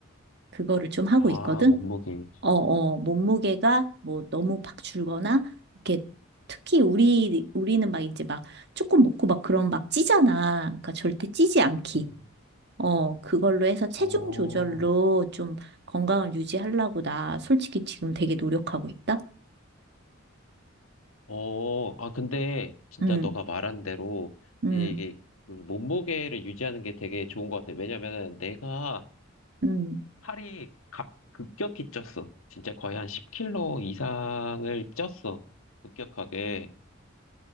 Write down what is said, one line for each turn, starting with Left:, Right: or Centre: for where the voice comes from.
Right: 그거를 좀 하고
Left: 아,
Right: 있거든.
Left: 몸무게.
Right: 어, 어, 몸무게가 뭐 너무 팍 줄거나, 이렇게 특히 우리, 우리는 막 이제 막 조금 먹고 막 그런 막 찌잖아. 그러니까 절대 찌지 않기.
Left: 음.
Right: 어, 그걸로 해서 체중
Left: 어,
Right: 조절로 좀 건강을 유지하려고 나 솔직히 지금 되게 노력하고 있다.
Left: 어, 아, 근데 진짜
Right: 응,
Left: 너가 말한 대로
Right: 응,
Left: 이게 그 몸무게를 유지하는 게 되게 좋은 것 같아. 왜냐면은 내가
Right: 응.
Left: 살이 갑, 급격히 쪘어. 진짜 거의 한 10kg 이상을 쪘어. 급격하게.